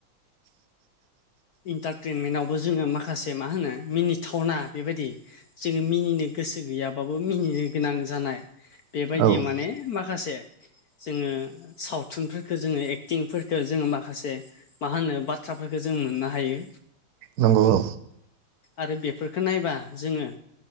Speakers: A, on the right (about 55°); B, on the left (about 60°).
A: <inaudible>
B: इन्टारटेनमेन्टावबो जोङो माखासे मा होनो मिनिथावना बिबादि जोङो मिनिनो गोसो गैयाबाबो मिनिनो गोनां जानाय बेबायदि
A: औ
B: माने माखासे माखासे जोङो सावथुनफोरखौ जोङो एक्टिंफोरखो जोङो माखासे मा होनो बाथ्राफोरखो जों मोननो हायो
A: नंगौ औ
B: आरो बेफोरखौ नायबा जोङो